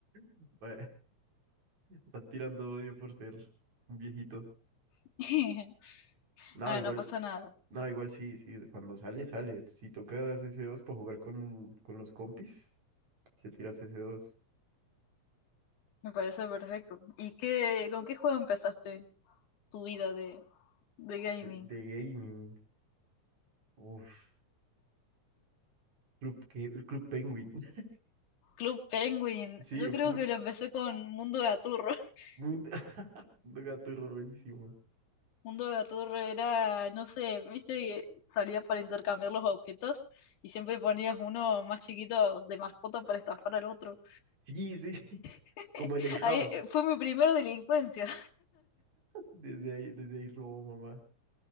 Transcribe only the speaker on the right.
<laughs> Va- Están tirando odio por ser un viejito.
No,
igual.
No, igual sí, sí, cuando sale, sale. Si tocas ese dos para jugar con, con los compis, se tiras ese dos
de, de gaming. Uf, Club, Ke- el Club Penguin. <laughs>
Sí,
full
mundo, <laughs> mundo gaturro, buenísimo.
Sí, sí, <laughs>
como en el Jao.
Desde ahí, desde ahí robo, mamá.